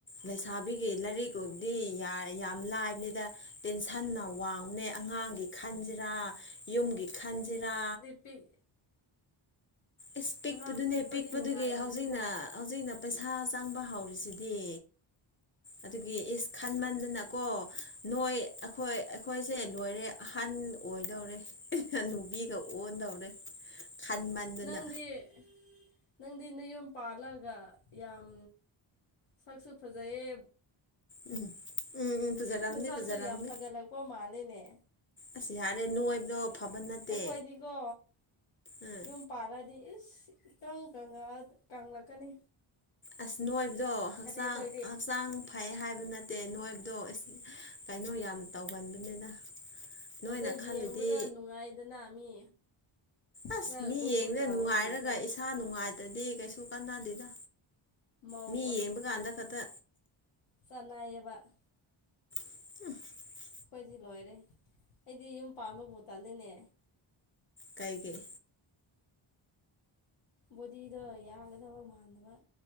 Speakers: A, on the left (about 25°); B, on the left (about 80°).
A: ꯂꯩꯁꯥꯕꯤꯒꯤ ꯂꯥꯏꯔꯤꯛꯨꯗꯤ ꯌꯥꯝ ꯂꯥꯏꯕꯅꯤꯗ ꯇꯦꯟꯁꯟꯅ ꯋꯥꯡꯅꯦ ꯑꯉꯥꯡꯒꯤ ꯈꯟꯁꯤꯔꯥ ꯌꯨꯝꯒꯤ ꯈꯟꯁꯤꯔꯥ
B: ꯄꯤ
A: ꯏꯁ ꯄꯤꯛꯄꯗꯨꯅꯦ
B: ꯑꯉꯥꯡ ꯄꯤꯛꯄꯗꯤ
A: ꯄꯤꯛꯄꯗꯨꯒꯤ
B: ꯅꯨꯡꯉꯥꯏꯔꯝꯒꯅꯤꯗ
A: ꯍꯧꯖꯤꯛꯅ ꯍꯧꯖꯤꯛꯅ ꯄꯩꯁꯥ ꯆꯪꯕ ꯍꯧꯔꯤꯁꯤꯗꯤ ꯑꯗꯨꯒꯤ ꯏꯁ ꯈꯥꯟꯃꯟꯗꯅꯀꯣ ꯅꯣꯏ ꯑꯩꯈꯣꯏ ꯑꯩꯈꯣꯏꯁꯦ ꯂꯣꯏꯔꯦ ꯑꯍꯟ ꯑꯣꯏꯗꯧꯔꯦ ꯅꯨꯕꯤꯒ ꯑꯣꯟꯗꯧꯔꯦ ꯈꯟꯃꯟꯗꯅ
B: ꯗꯤ ꯅꯪꯗꯤ ꯅꯌꯣꯝ ꯄꯥꯜꯂꯒ ꯌꯥꯝ ꯁꯛꯁꯨ ꯐꯖꯩꯌꯦ
A: ꯎꯝ ꯎꯝ ꯎꯝ ꯐꯖꯔꯝꯅꯤ
B: ꯅꯁꯥꯁꯨ
A: ꯐꯖꯔꯝꯅꯤ
B: ꯌꯥꯝ ꯐꯒꯠꯂꯛꯄ ꯃꯥꯂꯦꯅꯦ
A: ꯑꯁ ꯌꯥꯔꯦ ꯅꯣꯏꯕꯗꯣ ꯐꯕ ꯅꯠꯇꯦ
B: ꯑꯩꯈꯣꯏꯗꯤꯀꯣ
A: ꯎꯝ
B: ꯌꯨꯝ ꯄꯥꯜꯂꯗꯤ ꯏꯀꯪ ꯀꯪꯉ ꯇꯂꯛꯀꯅꯤ
A: ꯑꯁ ꯅꯣꯏꯕꯗꯣ ꯍꯛꯆꯥꯡ
B: ꯑꯩꯈꯣꯏꯗꯤ
A: ꯍꯛꯆꯥꯡ ꯐꯩ ꯍꯥꯏꯕ ꯅꯠꯇꯦ ꯅꯣꯏꯕꯗꯣ ꯀꯩꯅꯣ ꯌꯥꯝ ꯇꯧꯒꯟꯕꯅꯤꯅ ꯅꯣꯏꯅ
B: ꯑꯗꯣ
A: ꯈꯜꯂꯤꯗꯤ
B: ꯌꯦꯡꯕꯗ ꯅꯨꯡꯉꯥꯏꯗꯅ ꯃꯤ
A: ꯑꯁ
B: ꯈꯔ
A: ꯃꯤ
B: ꯕꯨꯞ
A: ꯌꯦꯡꯗꯦ
B: ꯕꯨꯞ ꯂꯥꯎꯕꯁꯤꯡꯁꯦ
A: ꯅꯨꯡꯉꯥꯏꯔꯒ ꯏꯁꯥ ꯅꯨꯡꯉꯥꯏꯇꯗꯤ ꯀꯩꯁꯨ ꯀꯥꯟꯅꯗꯦꯗ
B: ꯃꯧ
A: ꯃꯤ ꯌꯦꯡꯕꯀꯥꯟꯗ ꯈꯛꯇ
B: ꯁꯅꯥꯑꯕ <unintelligible>
A: <unintelligible>
B: ꯑꯩꯈꯣꯏꯗꯤ ꯂꯣꯏꯔꯦ ꯑꯩꯗꯤ ꯌꯨꯝ ꯄꯥꯟꯕꯕꯨ ꯇꯜꯂꯤꯅꯦ
A: ꯀꯥꯏ ꯀꯩ
B: ꯕꯣꯗꯤꯗꯣ ꯌꯥꯒꯗꯕ ꯃꯥꯥꯟꯗꯕ